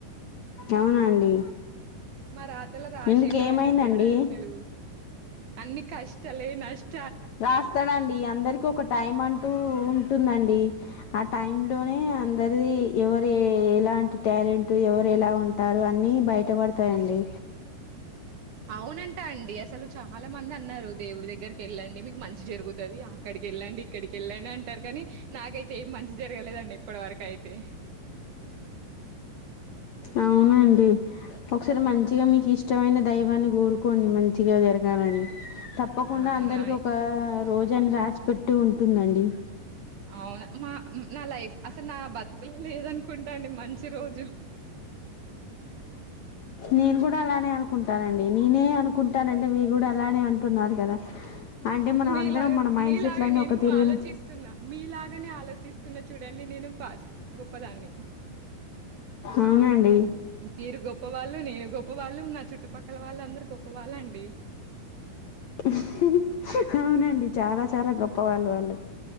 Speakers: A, on the left (about 65°); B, on the right (about 65°).
A: అవునా అండి
B: మా రాతలా రాసిం
A: ఎందుకు
B: రాయలా
A: ఏమైందండి
B: దేవుడా అడి అసలు అన్ని కష్టలే నష్ట
A: రాస్తాడండి అందరికి ఒక టైమ్ అంటూ టుందండి ఆ టైంలోనే అందరిది ఎవరు ఎలాంటి టాలెంట్ ఎవరు ఎలా ఉంటారు అన్నీ బయటపడతాయండి
B: అవునంటా అండి అసలు చాలా మంది అన్నారు దేవుడి దగ్గరికి వెళ్ళండి మీకు మంచి జరుగుతది అక్కడికి వెళ్ళండి ఇక్కడికి వెళ్ళండి అంటారు కానీ నాకైతే ఏమి మంచి జరగలేదండి ఇప్పటి వరక అయితే
A: అవునండి ఒకసారి మంచిగా మీకు ఇష్టమైన దైవాన్ని కోరుకోండి మంచిగా జరగాలని తప్పకుండా
B: అవునా
A: అందరికి ఒక రోజని రాసి పెట్టి ఉంటుందండి
B: అవునా మా నా లైఫ్ అసలు నా బతుకులు లేదనుకుంటా అండి మంచి రోజులు
A: నేను కూడా అలానే అనుకుంటానండి నేనే అనుకుంటానంటే మీ కూడా అలానే అంటున్నారు కదా అంటే మనం
B: మీలాగా
A: అందరం మన మైండ్
B: మీలాగ
A: సెట్లన్నీ
B: నేను
A: ఒక తిరుగు
B: ఆలోచిస్తున్నా మీలాగనే ఆలోచిస్ తున్నా చూడండి నేను పా గొప్పదాన్ని
A: అవునండి
B: మీరు గొప్పవాళ్ళు నేను గొప్పవాళ్ళు నా చుట్టుపక్కల వాళ్ళందరూ గొప్పవాళ్ళండి
A: <unintelligible> అవునండి చాలా చాలా గొప్పవాళ్ళు వాళ్ళు